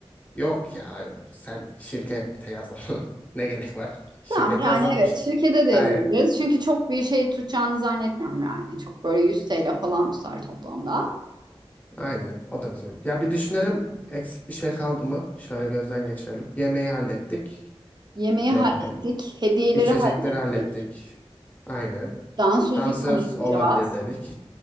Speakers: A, on the left; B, on the right.
A: Yok ya sen şirkete yazalım. <laughs> Ne gerek var? Şirkete
B: Tamam yani
A: yazalım
B: evet
A: işte.
B: şirkete de
A: Aynen.
B: yazabiliriz. Çünkü çok bir şey tutacağını zannetmiyorum yani. Çok böyle 100 TL falan tutar toplamda.
A: Aynen. O da güzel olur. Ya bir düşünelim eksik bir şey kaldı mı? Şöyle gözden geçirelim. Yemeği hallettik.
B: Yemeği
A: Ee,
B: hallettik, hediyeleri
A: içecekleri
B: hallettik.
A: hallettik. Aynen.
B: Dansözü
A: Dansöz
B: konuşacağız.
A: olabilir dedik.